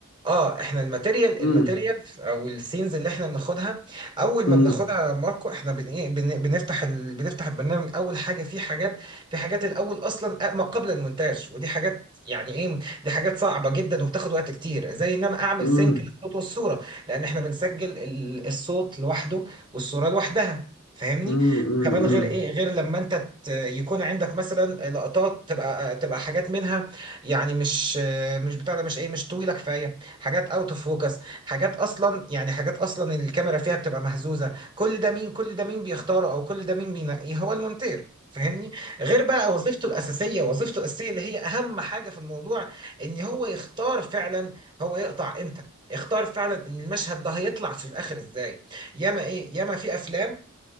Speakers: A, on the right; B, on the left.
A: اه احنا الماتيريال
B: امم
A: الماتيريال او السينز اللي احنا بناخدها اول ما
B: امم
A: بناخدها يا ماركو احنا بن إيه، بن- بنفتح ال... بنفتح البرنامج اول حاجه في حاجات في حاجات الاول اصلا ما قبل المونتاج ودي حاجات يعني ايه دي حاجات صعبه جدا وبتاخد وقت كتير زي ان انا اعمل
B: امم
A: سينك للصوت والصوره لان احنا بنسجل ال- الصوت لوحده والصوره لوحدها فاهمني
B: امم
A: كمان غير ايه غير لما انت ت- يكون عندك مثلا لقطات تبقى تبقى حاجات منها يعني مش مش بتاع ده مش ايه مش طويله كفايه حاجات اوت اوف فوكس حاجات اصلا يعني حاجات اصلا الكاميرا فيها بتبقى مهزوزه كل ده مين كل ده مين بيختاره او كل ده مين بينقيه هو المونتير فاهمني غير بقى وظيفته الاساسيه وظيفته الاساسيه اللي هي اهم حاجه في الموضوع ان هو يختار فعلا هو يقطع امتى يختار فعلا ان المشهد ده هيطلع في الاخر ازاي ياما ايه ياما في افلام